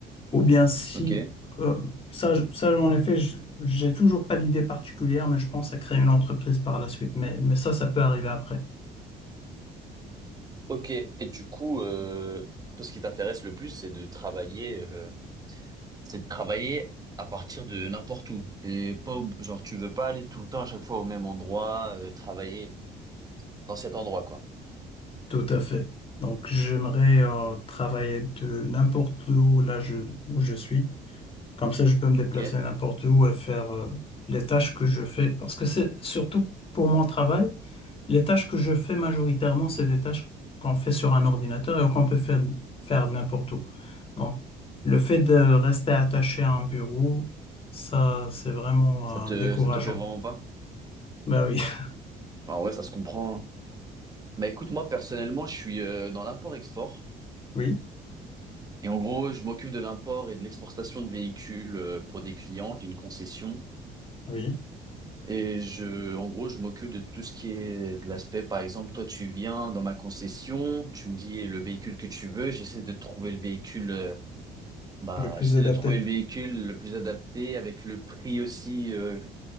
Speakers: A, on the left; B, on the right.
A: Ou bien si,
B: ok.
A: euh, ça, je- ça, en effet, je- j'ai toujours pas d'idée particulière, mais je pense à créer une entreprise par la suite. Mais, mais ça, ça peut arriver après.
B: Ok, et du coup, euh, toi, ce qui t'intéresse le plus, c'est de travailler, euh, c'est de travailler à partir de n'importe où. T'es pas, ob- genre, tu veux pas aller tout le temps à chaque fois au même endroit, euh, travailler dans cet endroit, quoi.
A: Tout à fait. Donc, j'aimerais, euh, travailler de n'importe où, là, je, où je suis. Comme ça, je peux me déplacer
B: Ok?
A: n'importe où et faire euh, les tâches que je fais. Parce que c'est surtout pour mon travail, les tâches que je fais majoritairement, c'est des tâches qu'on fait sur un ordinateur et qu'on peut faire, faire n'importe où. Donc, le fait de rester attaché à un bureau, ça, c'est vraiment
B: Ça te,
A: euh, décourageant.
B: ça te plaît vraiment pas?
A: Ben oui. <laughs>
B: Bah ouais, ça se comprend. hein. Bah écoute, moi personnellement, je suis euh, dans l'import-export.
A: Oui,
B: Et en gros, je m'occupe de l'import et de l'exportation de véhicules euh, pour des clients, d'une concession.
A: oui.
B: Et je, en gros, je m'occupe de tout ce qui est de l'aspect, par exemple, toi, tu viens dans ma concession, tu me dis le véhicule que tu veux, j'essaie de trouver le véhicule, euh, bah,
A: Le plus
B: j'essaie
A: adapté.
B: de trouver le véhicule le plus adapté avec le prix aussi, euh,